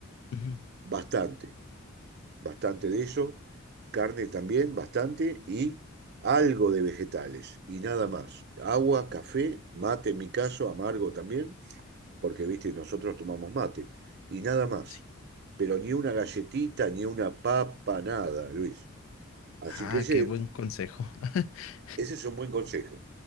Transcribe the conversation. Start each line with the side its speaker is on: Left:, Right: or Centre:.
Left: ujú,
Right: bastante, bastante de eso, carne también, bastante, y algo de vegetales, y nada más. Agua, café, mate en mi caso, amargo también, porque, viste, nosotros tomamos mate, y nada más.
Left: Sí.
Right: Pero ni una galletita, ni una papa, nada, Luis. Así
Left: Ah,
Right: que ese,
Left: qué buen consejo. <laughs>
Right: ese es un buen consejo.